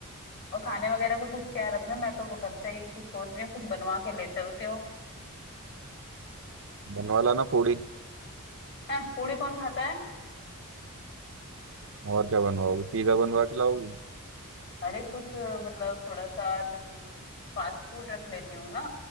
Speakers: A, on the left (about 50°); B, on the right (about 60°).
A: और खाने वगैरह का कुछ क्या रखना है? मैं तो घर से ही कुछ सोच रही हूँ कुछ बनवा के ले चलती हूँ
B: बनवा लाना पूड़ी
A: हैं, पूड़ी कौन खाता
B: और क्या बनवाओगी पिज्जा बनवा के लाओगी
A: अरे कुछ मतलब थोड़ा सा नम, फास्ट फूड रख लेती हूँ ना